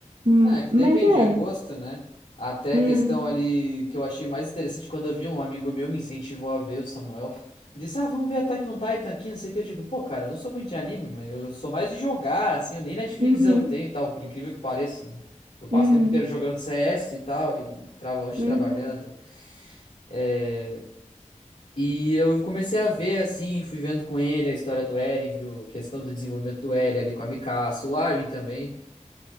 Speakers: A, on the right; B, on the left.
A: Hum,
B: Ah, é que
A: Mas
B: depende,
A: é.
B: é gosto, né? Até
A: Hum,
B: a questão ali que eu achei mais interessante quando eu vi um amigo meu me incentivou a ver o Samuel. Ele disse, ah, vamos ver Attack on Titan aqui, não sei o que. Eu digo, pô, cara, eu não sou muito de anime, mas eu sou mais de jogar, assim, eu nem Netflix
A: uhum,
B: eu tenho e tal, por incrível que pareça, né? Eu passo
A: uhum,
B: o tempo inteiro jogando CS e tal, e trava hoje
A: uhum.
B: trabalhando. É, E eu comecei a ver, assim, fui vendo com ele a história do Eren, viu? A questão do desenvolvimento do Eren ali com a Mikasa, o Armin também.